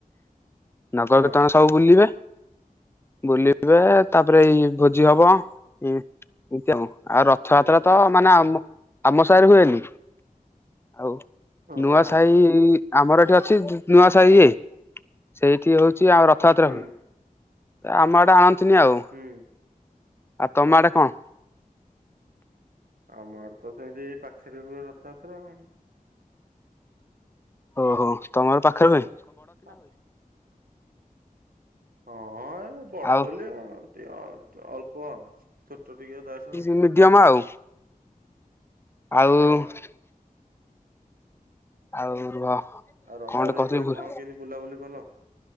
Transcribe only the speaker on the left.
ନଗର
କୀର୍ତ୍ତନ ସବୁ ବୁଲିବେ ବୁଲିବେ ତାପରେ ଏଇ ଭୋଜି ହବ। ହୁଁ <unintelligible> ଆଉ ରଥଯାତ୍ରା
ତ ମାନେ ଆମକ୍ ଆମ ସାହିରେ ହୁଏନି ଆଉ
ନୂଆ
ସାହି ଆମର ଏଠି ଅଛି ନୂଆ ସାହି ଇଏ ସେଇଠି ହେଉଛି ଆଉ ରଥଯାତ୍ରା
ହୁଏ। ଆମ ଆଡେ଼ ଆନ୍ତିନି ଆଉ
ତମ ଆଡେ଼ କଣ?
ଓହୋ ତମର ପାଖରେବି।
ଆଉ
ମିଡି଼ୟମ ଆଉ। ଆଉ
ଆଉ ରୁହ
କଣ ଗୋଟେ କହୁଥିଲି
ଭୁଲ